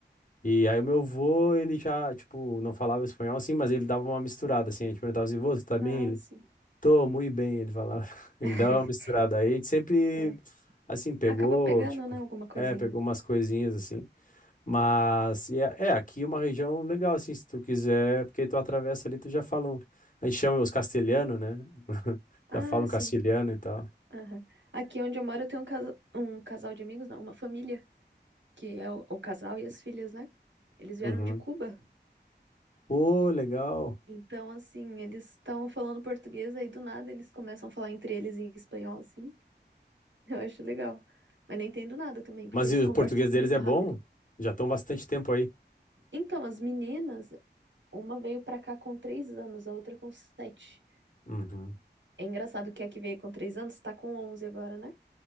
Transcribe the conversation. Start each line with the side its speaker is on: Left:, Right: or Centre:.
Left: E aí o meu avô, ele já, tipo, não falava espanhol assim, mas ele dava uma misturada assim, a gente perguntava assim, "Vô, você tá bem?
Right: Ah,
Left: Ele,
Right: sim.
Left: tô, muito bem, ele falava. <laughs> Ele
Right: <laughs>
Left: dava uma misturada. Aí a gente sempre,
Right: É.
Left: assim, pegou,
Right: Acaba pegando,
Left: tipo,
Right: né, alguma coisinha.
Left: é, pegou umas coisinhas assim. Mas e é, é, aqui é uma região legal, assim, se tu quiser, porque tu atravessa ali, tu já falam. A gente chama os castelhanos, né? <laughs>
Right: Ah,
Left: Já falam
Right: sim.
Left: castelhano e tal.
Right: Aham. Aqui onde eu moro, eu tenho um, casa... um casal de amigos, não, uma família que é o, o casal e as filhas, né? Eles vieram
Left: Uhum.
Right: de Cuba.
Left: Pô, legal.
Right: Então, assim, eles estão falando português, aí do nada eles começam a falar entre eles em espanhol, assim. <laughs> Eu acho legal. Mas nem entendo nada também, porque
Left: Mas
Right: eles
Left: e
Right: conversam
Left: o português
Right: muito
Left: deles é
Right: rápido.
Left: bom? Já estão bastante tempo aí.
Right: Então, as meninas, uma veio pra cá com três anos, a outra com sete.
Left: Uhum.
Right: É engraçado que a que veio com três anos tá com 11 agora, né?